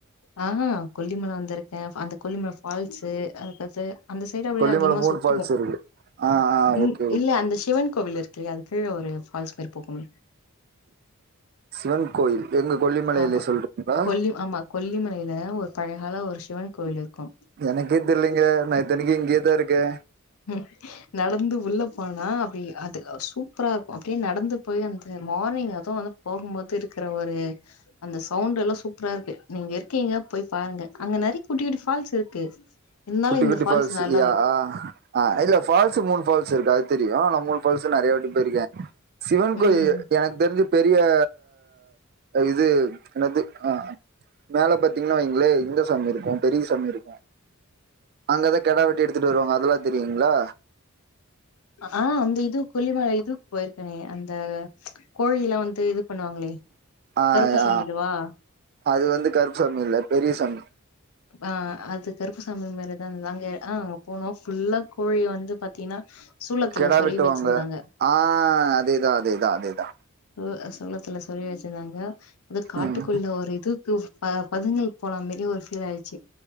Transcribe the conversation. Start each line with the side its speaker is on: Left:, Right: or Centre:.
Left: அ ஆ கொல்லிமல வந்திருக்கே அந்த கொல்லிமல ஃபால்ஸு அதுக்கத்து அந்த சைடு அப்டியே
Right: கொல்லிமல
Left: அதிகமா
Right: மூணு
Left: சுத்துவோ
Right: ஃபால்ஸ் இருக்கு ஆ ஆ
Left: ம்
Right: ஓகே ஓகே
Left: இல்ல அந்த சிவன் கோவில் இருக்குல்லையா அதுக்கு கீழ ஒரு ஃபால்ஸ் மாரி போகும்ல
Right: சிவன் கோயில் எங்க கொல்லிமலையிலயே
Left: ஆமா
Right: சொல்றீங்களா
Left: கொல்லி ஆமா கொல்லிமலையில ஒரு பழகால ஒரு சிவன் கோவில் இருக்கு
Right: எனக்கே தெரில்லைங்க நா இத்தனைக்கு இங்கேதா இருக்கே
Left: ம் நடந்து உள்ள போனா அப்டி அது சூப்பரா இருக்கு அப்டியே நடந்து போய் அந்த மார்னிங் அதுவு வந் போகுபோது இருக்கிற ஒரு அந்த சவுண்ட் எல்லா சூப்பரா இருக்கு நீங்க இருக்கீங்க போய் பாருங்க அங்க நெறை குட்டி குட்டி ஃபால்ஸ் இருக்கு இருந்தாலு
Right: குட்டி
Left: இந்த
Right: குட்டி ஃபால்ஸ்
Left: நல்லா
Right: இல்லயா
Left: இருக்கு
Right: ஆ ஆ இல்ல ஃபால்ஸ் மூணு ஃபால்ஸ் இருக்கதெரியு ஆ ந மூணு பால்ஸு நிறையா வாட்டி போயிருக்கே சிவன் கோயி
Left: ம்
Right: எனக்கு தெரிஞ்சு பெரியா இது என்னது ஆ மேல பாத்தீங்கன்னா வைங்களே இந்த சாமி இருக்கு பெரிய சாமி இருக்கு அங்கதா கிடா வெட்டி எடுத்துட்டு வருவாங்க அதெல்லா தெரியுங்களா
Left: ஆ அந்த இது கொல்லிவாய் இதுக்கு போயிருக்கானே அந்த கோழி எல்லா வந்து இது பண்ணுவாங்களே
Right: ஆ
Left: கருப்ப சாமி
Right: ஆ
Left: இதுவா
Right: அது வந்து கருப்பு சாமி இல்ல பெரிய சாமி
Left: ஆ அது கருப்புசாமி மாரிதா இருந்தாங்க ஆ அங்க போனோ ஃபுல்லா கோழி வந்து பாத்தீங்கன்னா சூளத்துல
Right: கெடா
Left: சொருவி
Right: வெட்டுவாங்க
Left: வச்சிருந்தாங்க
Right: ஆ அதேதா அதேதா அதேதா
Left: ஒ செந்தத்துல சொல்லி வச்சிருந்தாங்க ஏதே காட்டுக்குள்ள
Right: ம்
Left: ஒரு இதுக்கு பதுங்கங்கள் போன மாரி ஒரு ஃபீல் ஆயிச்சு